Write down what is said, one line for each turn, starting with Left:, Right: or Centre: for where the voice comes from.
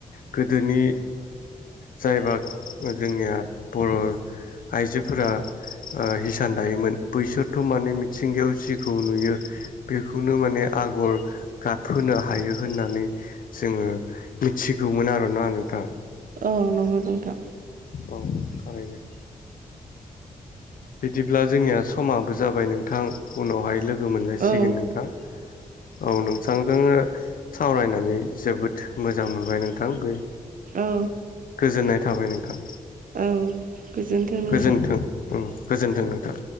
Left: गोदोनि जायबा जोंनिया बर' आइजोफोरा हिसान दायोमोन बैसोरथ' माने मिथिंगायाव जिखौ नुयो बेखौनो माने आगर गाबहोनो हायो होननानै जोंङो मिथिगौमोन आरोना नोंथां
Right: औ नंगौ नंगौ नोंथां
Left: औ थारैनो बिदिब्ला जोंनिया समाबो जाबाय नोंथां उनावहाय लोगो लोगो मोनलायसिगोन
Right: औ
Left: नोंथां औ नोंथांजों सावरायनानै जोबोद मोजां मोनबाय नोंथां बे
Right: औ
Left: गोजोननाय थाबाय नोंथां
Right: औ गोजोनथों नोंथां
Left: गोजोन्थों गोजोन्थों नोंथां